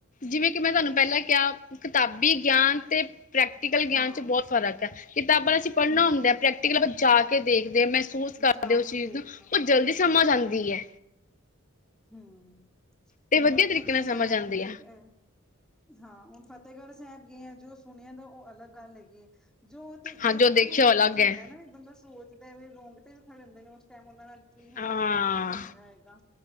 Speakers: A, on the left; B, in the centre.
A: ਜਿਵੇਂ ਕਿ ਮੈਂ ਤੁਆਨੂੰ ਪੇਲਾਂ ਕੇਆ, ਕਿਤਾਬੀ ਗਿਆਨ ਤੇ ਪ੍ਰੈਕਟੀਕਲ ਗਿਆਨ
B: ਹਾਂ
A: ਚ ਬੋਤ ਫ਼ਰਕ ਐ, ਕਿਤਾਬਾਂ ਅਸੀਂ ਪੜ੍ਹਨਾ
B: ਹੂੰ
A: ਹੁੰਦਾ
B: ਹੂੰ
A: ਪ੍ਰੈਕਟੀਕਲ ਆਪਾਂ ਜਾ ਕੇ ਦੇਖਦੇ ਆ ਮੈਂ ਮਹਿਸੂਸ ਕਰਦੀ
B: ਜਾ
A: ਉਸ
B: ਕੇ
A: ਚੀਜ਼
B: ਦੇਖਣਾ
A: ਨੂੰ ਓ ਜਲਦੀ ਸਮਝ ਆਂਦੀ ਐ।
B: ਹੂ--ਹੁਣ
A: ਤੇ ਵਧੀਆ
B: ਓਥੇ
A: ਤਰੀਕੇ
B: ਗਏ
A: ਨਾਲ ਸਮਝ
B: ਆ,
A: ਆਉਂਦੀ
B: ਕਿੱਥੇ ਗਏ। ਹਾਂ ਹੁਣ ਫਤੇਗੜ੍ਹ ਸਾਬ ਗਏ ਆ, ਜੋ ਸੁਣੇਆ ਤਾਂ ਓ ਅਲੱਗ ਗੱਲ ਹੈਗੀ ਏ। ਜੋ ਤੇ ਦੇਖ
A: ਹਾਂ ਜੋ
B: ਕੇ
A: ਦੇਖਿਆ
B: ਮਹਿਸੂਸ
A: ਉਹ ਅਲੱਗ
B: ਹੁੰਦਾ
A: ਹੈ
B: ਨਾ, ਵੀ ਬੰਦਾ ਸੋਚਦਾ ਵੇ ਰੋਂਗਟੇ ਵੀ ਖੜੇ ਹੁੰਦੇ ਨੇ, ਓਸ ਟਾਈਮ ਓਨਾਂ ਨਾਲ। ਕੀ ਹੋਏਆ
A: ਹਾਂ
B: ਹੈਗਾ, ਕਿਸ ਤਰ੍ਹਾਂ ਹੋਏਆ ਹੈਗਾ,